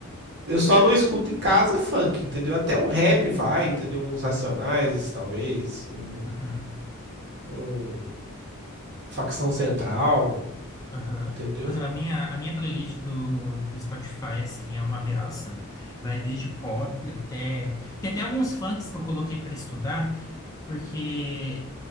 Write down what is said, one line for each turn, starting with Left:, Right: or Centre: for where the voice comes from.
Right: eu só não escuto em casa funk, entendeu? Até um rap vai, entendeu? Uns Racionais, talvez, um,
Left: Uhum.
Right: um Facção Central,
Left: Aham.
Right: entendeu?
Left: Por exemplo, a minha, a minha playlist do, do Spotify, assim, é uma aberração. Vai desde pop até... Tem até alguns funks que eu coloquei para estudar, porque...